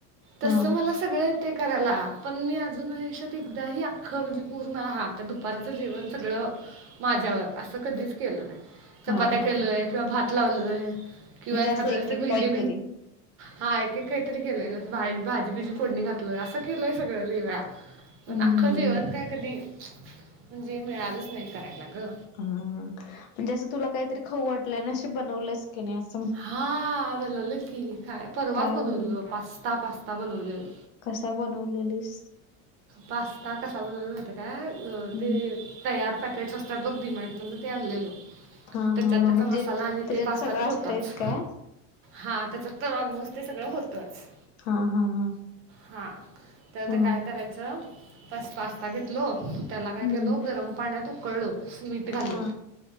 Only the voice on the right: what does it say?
तसं
मला सगळं येतंय करायला, पण मी अजून आयुष्यात एकदा ही अख्खं म्हणजे पूर्ण आ हा आता दुपारचं जेवण सगळं माझ्यावर असं कधीच केलं नाही. चपात्या
केलोय
किंवा भात लावलोय किंवा
एखादं
असं
भेंडी
हा एक एक काहीतरी केलंय ग. भाजी बीजी फोडणी घात असं केलंय सगळं लय वेळा, पण
अख्खं जेवण
काय कधी म्हणजे मिळालंच नाही करायला ग.
हा बनवलेलं की परवाच
बनवलेल पास्ता पास्ता बनवलेलो.
पास्ता कसा बनवला माहिताय काय
ते तयार पॅकेट असतात बघ डीमार्ट मधन ते आणलेलो.
त्याच्यात
त्याचा
मसाला
आणि ते पास्ता
तर
होताच.
हा त्याच्यात तर ऑलमोस्ट ते सगळं होतंच.
हा तर
ते काय करायचं पस पास्ता घेतलो त्याला काय
केल गरम पाण्यात उकळलो मीठ घालून.